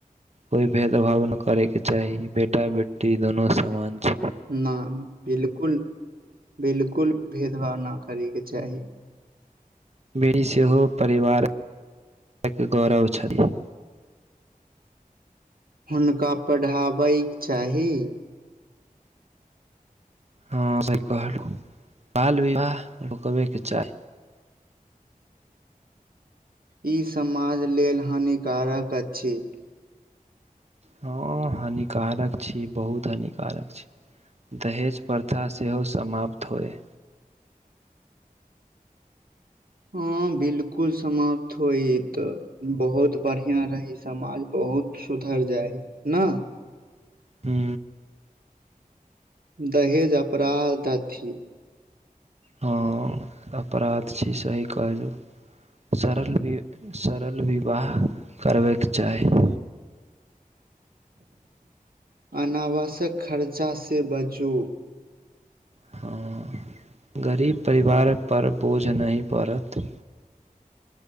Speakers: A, on the right; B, on the right.
A: कोइ भेदभाव नै करैके चाही, बेटा-बेटी दुनू समान छै।
B: ना बिल्कुल, बिल्कुल भेदभाव ना करैके चाही।
A: बेड़ी सेहो परिवारख गौरव छथि।
B: हुनका पढ़ाबैक चाही।
A: हँ, सही कहलू, बाल विवाह रुकबेक चाही।
B: ई समाज लेल हानिकारक अछि।
A: हँ हानिकारक छी, बहुत हानिकारक छी। दहेज-प्रथा सेहो समाप्त होए।
B: हँ, बिल्कुल समाप्त होइ तऽ। बहुत बढ़िया रही समाज, बहुत सुधर जाइ ना।
A: हू।
B: दहेज अपराध दथी।
A: हां, अपराध छी सही कहलहुँ। सरल बि, सरल बिवाह करबै के चाही।
B: अनावश्यक खर्चा से बचू।
A: हँ, गरीब परिवारपर बोझ नहि पड़त।